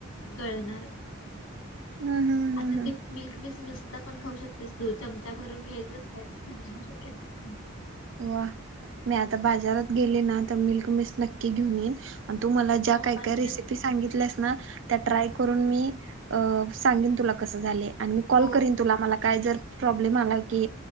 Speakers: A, on the left; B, on the right.
A: गळणार
B: हम्म हम्म
A: असं
B: हम्म
A: ते मिल्क मिस्ट नुसता पण खाऊ शकतेस तू चमचा भरून घ्यायच खायच चमचा भरून घ्यायचं
B: वा मी आता बाजारात गेले ना तर मिल्क मिस्ट नक्की घेऊन येईन तू मला ज्या
A: हो
B: काय,
A: पाहिजे
B: काय रेसिपी
A: तर
B: सांगितल्यास ना त्या ट्राय करून मी सांगेन तुला कसं झालंय. आणि मी कॉल
A: हो
B: करीन तुला मला काय जर प्रॉब्लेम आला की